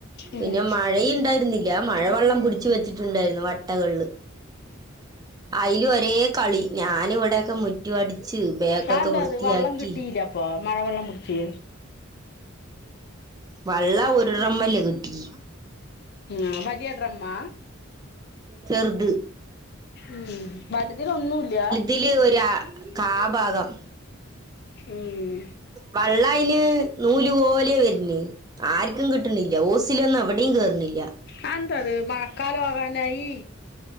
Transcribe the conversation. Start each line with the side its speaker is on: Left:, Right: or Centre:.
Left: ഉം
Right: പിന്നെ മഴ ഇണ്ടായിരുന്നി ല്ലാ മഴവെള്ളം പിടിച്ച് വെച്ചിട്ടുണ്ടായിരുന്നു വട്ടകൾല് അയിലു ഒരേ കളി ഞാനിവിടൊക്കെ മുറ്റം അടിച്ച് ബേക്കൊക്കെ
Left: അ എന്താത്
Right: വൃത്തിയാക്കി
Left: വെള്ളം കിട്ടില്ലേ അപ്പൊ മഴ വെള്ളം പുട്ച്ച്
Right: വള്ള ഉര്ളമ്മല് ടീ
Left: ആഹ് വലിയ ഡ്രമ്മാ
Right: ചെർത്
Left: ഉം വലുതിൽ ഒന്നുല്ല
Right: തില് ഒരാ കാ ഭാഗം
Left: ഉം
Right: വള്ള അയ്ല് നൂലുപോലെ വര്നെ ആർക്കും കിട്ട്ണില്ല ഓസിലൊന്നും എവിടിം കേറ്ണില്ല
Left: അത് എന്താത് മഴക്കാലാവാനായി